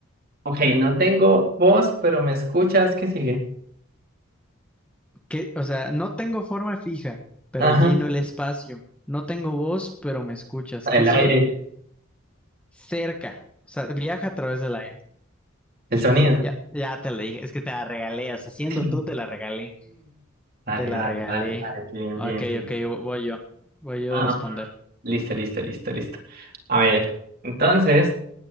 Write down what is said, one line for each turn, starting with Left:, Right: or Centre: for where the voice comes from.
Right: Ok, no tengo voz, pero me escuchas. ¿Qué sigue?
Centre: que, o sea, no tengo forma fija, pero
Right: ajá
Centre: lleno el espacio. No tengo voz, pero me escuchas. ¿Qué
Right: El
Centre: soy?
Right: aire,
Centre: Cerca. O sea, viaja a través del aire.
Right: el sonido.
Centre: Ya, ya te la dije. Es que te la regalé. O sea, siendo
Right: <laughs>
Centre: tú, te la regalé.
Right: Dale,
Centre: Te la
Right: dale,
Centre: regalé.
Right: dale, dale. Bien,
Centre: Ok,
Right: bien, bien.
Centre: ok, voy yo. Voy yo
Right: Ah,
Centre: de responder.
Right: listo, listo, listo, listo. A ver, entonces,